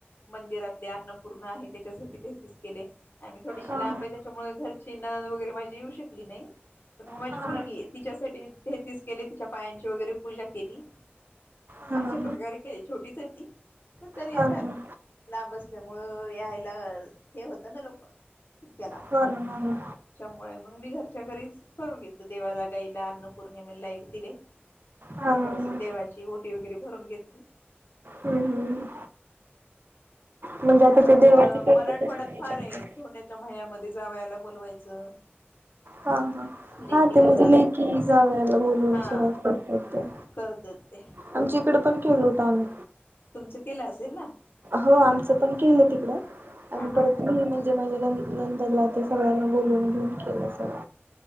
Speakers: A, on the left; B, on the right.
A: मंदिरातले अन्नपूर्ण आहे त्याच्यासाठी तेहतीच केले आणि मी थोडीशी
B: हा
A: लांब आहे त्याच्यामुळे, घरची न वगैरे माझी येऊ शकली नाही तर मग माझ
B: हा
A: मुलगी तिच्यासाठी हे तच केले तिच्या पायांची वगैरे पूजा केली.
B: हा
A: अशा
B: हा
A: प्रकारे केली छोटीच आहे ती पण तरी
B: हा
A: आता
B: हा
A: लांब असल्यामुळं यायला हे होतं ना लोक इतक्या लांब.
B: हो ना हो हा बोल.
A: मुळे मग मी घरच्या घरीच करून घे देवाला, गाईला, अन्नपौर्णिमेला एक दिले
B: हा हा.
A: थोडस देवाची ओटी वगैरे भरून घेतली.
B: हम्म हम्म. म्हणजे आता
A: कारण
B: ते देवाचे करतातच
A: मराठवाड्यात
B: ना याच्यामध्ये
A: फार आहे धोंड्याच्या महिन्यामध्ये जावायला बोलवायचं.
B: हा हा
A: लेकीला
B: हा. ते म्हणजे
A: जा
B: लेकी जावयाला बोलून
A: हा
B: सुरुवात करतात ते
A: करतात ते
B: आमच्या इकडे पण केल होत आम्ही.
A: तुमच केलं असेल ना?
B: हो आमचं पण केम तिकड आणि
A: हा
B: परत
A: हा
B: म्हणजे माझे नंदला. ते सगळ्यांना बोलून बिन केलं सगं